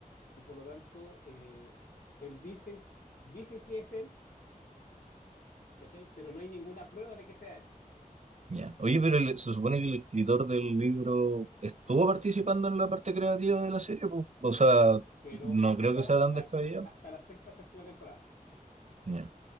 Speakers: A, on the left; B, on the right.
A: y por lo tanto, eh, él dicen, dicen que es él, ¿cachai? Pero no hay ninguna prueba de que sea él.
B: Ya. Oye, pero el- se supone que el escritor del libro estuvo participando en la parte creativa de la serie, pues. O sea,
A: pero
B: no
A: hasta
B: creo que sea tan
A: la,
B: descabellado.
A: qui- hasta la sexta, séptima temporada.
B: Ya.